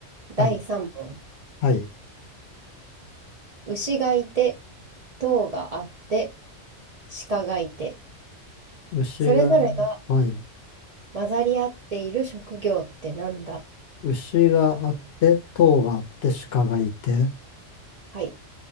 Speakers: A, on the right; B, on the left.
A: 第3問。
B: はい。はい。
A: 牛がいて、塔があって、鹿がいて。
B: 牛が、
A: それぞれが
B: はい。
A: 混ざり合っている職業ってなんだ
B: 牛があって、塔があって、鹿がいて、
A: はい。